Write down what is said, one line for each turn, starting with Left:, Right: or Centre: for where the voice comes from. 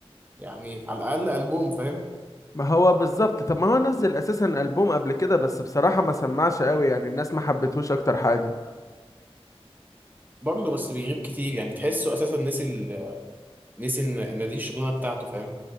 Right: يعني على الأقل ألبوم فاهم
Left: ما هو بالظبط طب ما هو نزل اساسا ألبوم قبل كده بس بصراحة ما سمعش قوي يعني الناس ما حبتهوش اكتر حاجة
Right: برضه بس بيغيب كتير يعني تحسه أساسا نسي ال... نسي إن إن دي الشغلانة بتاعته فاهم